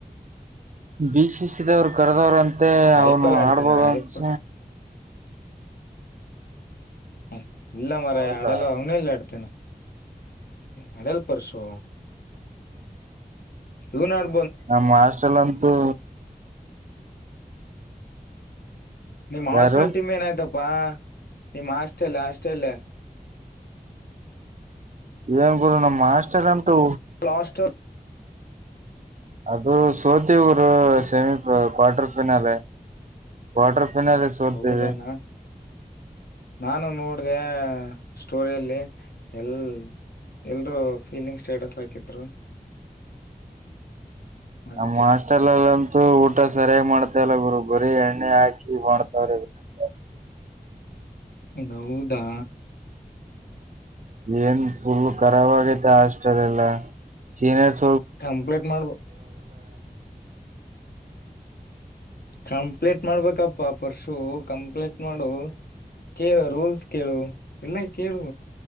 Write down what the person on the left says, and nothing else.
ಐ
ಪಿ ಎಲ್ ಆಡ್ತಾನ
ಐ ಪ ಹ ಇಲ್ಲ ಮಾರಯ
ಆಡಲ್ಲ ಅವನ ಎಲ್ಲಾಡ್ತೇನೆ ನಡೆಲು ಪ್ರಸೋ ಇವನು ಯಾರ
ನಿಮ್ಮ ಹಾಸ್ಟೆಲ್
ಟೀಮ್ ಏನಾಯ್ತು ಬಾ ನಿಮ್ಮ್ ಹಾಸ್ಟೆಲ್ ಹಾಸ್ಟೆಲ್ ಏ
ಲಾಸ್ಟರ್
ಹ
ಹೌದನಾ ನಾನು ನೋಡ್ದಾ ಸ್ಟೋರಿಯಲ್ಲಿ ಎಲ್ ಎಲ್ರು ಫೀಲಿಂಗ್ ಸ್ಟೇಟಸ್ ಹಾಕಿದ್ರು ಅದಕ್ಕೆ
ಹೌದಾ
ಕಂಪ್ಲೀಟ್ ಮಾಡ್ಬೋ ಕಂಪ್ಲೀಟ್ ಮಾಡ್ಬೇಕಪ್ಪಾ ಪರ್ಶು ಕಂಪ್ಲೀಟ್ ಮಾಡು ಕೇಳು ರೂಲ್ಸ್ ಕೇಳು ಎಲ್ಲ ಕೇಳು